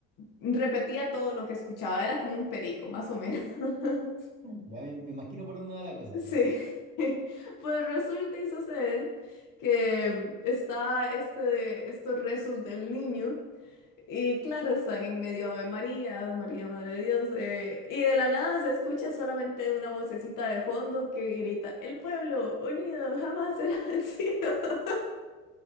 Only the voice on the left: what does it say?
repetía todo lo que escuchaba, era como un perico, más o menos. <laughs>
Sí,
<laughs> pues resulta y sucede que mm, está este, estos rezos del niño. Y claro, están en medio Ave María, Ave María, Madre de Dios. eh, y de la nada se escucha solamente una vocecita de fondo que grita, El pueblo unido jamás será vencido. <laughs>